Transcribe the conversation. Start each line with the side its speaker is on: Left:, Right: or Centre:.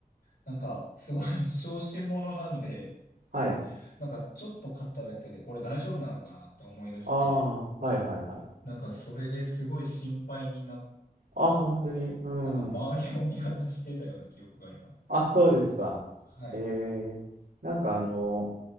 Left: なんか、すごい <laughs> 小心者なんで、
Right: はい。
Left: なんか、ちょっと勝っただけで、これ大丈夫なのかなって思い出して、
Right: ああ、はいはいはい。
Left: なんか、それですごい心配になっ
Right: あ、本当に。うん。
Left: なんか周りを見渡してたような記憶があります。
Right: あ、そうですか。
Left: はい。
Right: えー、なんかあの、